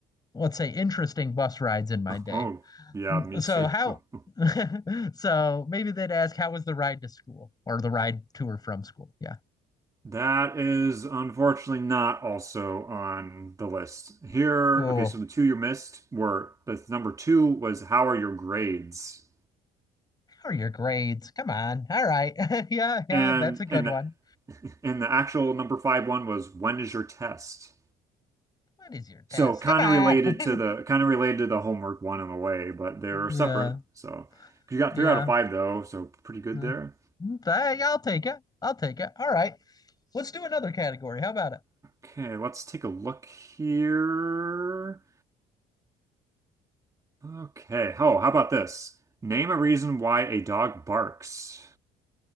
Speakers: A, on the left; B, on the right.
A: let's say interesting bus rides in my day.
B: Oh, yeah, me
A: So
B: too.
A: how?
B: <laughs>
A: <laughs> so maybe they'd ask how was the ride to school or the ride to or from school? Yeah.
B: That is unfortunately not also on the list. Here,
A: Oh,
B: okay, so the two you missed were the number two was how are your grades?
A: how are your grades? Come on. All right. <laughs> yeah, yeah,
B: And
A: that's a good
B: and
A: one.
B: the, <laughs> and the actual number five one was when is your test?
A: What is your test?
B: So kind
A: Come on.
B: of related to the kind of related to the homework one in a way, but they're
A: <laughs> yeah.
B: separate. So you got
A: Yeah.
B: three out of five though, so pretty good
A: Mm-hmm.
B: there.
A: Mm. Hey, yeah, I'll take it. I'll take it. All right. Let's do another category. How about it?
B: Okay, let's take a look here. Okay. Oh, how about this? Name a reason why a dog barks.